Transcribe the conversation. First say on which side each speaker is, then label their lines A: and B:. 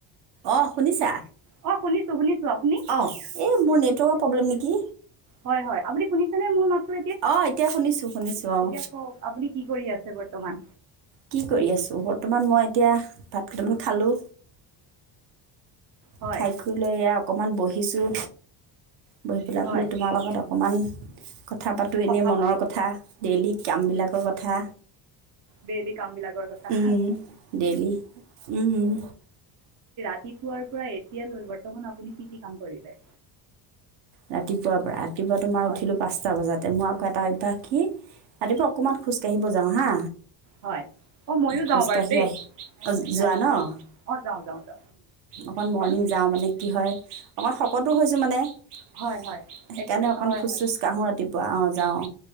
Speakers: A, on the right; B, on the right.
A: অ শুনিছা
B: অ শুনিছো শুনিছো আপুনি
A: অ এই মোৰ ন কো প্ৰব্লেম নেকি
B: হয় হয় আপুনি শুনিছেনে মোৰ মাতটো
A: আহ এতিয়া শুনিছো শুনিছো আহ
B: এতিয়া কওক আপুনি কি কৰি আছে বৰ্তমান
A: কি কৰি আছো বৰ্তমান মই এতিয়া ভাত কেইটামান খালোঁ
B: হয়
A: খাই লৈ অকণমান বহিছোঁ বহি পেলাই
B: হয়
A: বোলো তোমাৰ লগত অকণমান ক কথা পাতোঁ এনেই
B: কথা
A: মনৰ
B: পাতো
A: কথা ডেইলি কামবিলাকৰ কথা
B: ডেইলি কাম বিলাকৰ কথা
A: উম
B: হয়
A: ডেইলি উম
B: ৰাতিপোৱাৰ পৰা এতিয়াালৈ বৰ্তমান আপুনি কি কি কাম কৰিলে
A: ৰাতিপুৱাৰ পৰা কিবা তোমাৰ
B: হয়
A: উঠিলোঁ পাঁচটা বজাতে মই এটা অভ্যয়াস কি ৰাতিপুৱা অকণমান খোজ কাঢ়িব যাওঁ হা
B: হয় অ ময়ো
A: খোজকাাঢ়ি
B: যাওঁ বাৰু দেই
A: আহি
B: অ
A: যোৱা
B: ৰাতিপুৱা
A: নম
B: অ যাওঁ যাওঁ যাওঁ
A: অকণ মৰ্ণিং
B: আপুনি
A: যাওঁ মানে কি হয় অকণ শকত টো হৈছোঁ মানে সেইকাৰণে
B: হয় হয় এক্সাৰ
A: অকণ
B: হয়
A: খোজ
B: হয়
A: চোজ কাঢ়োঁ ৰাতিপুৱা অ যাওঁ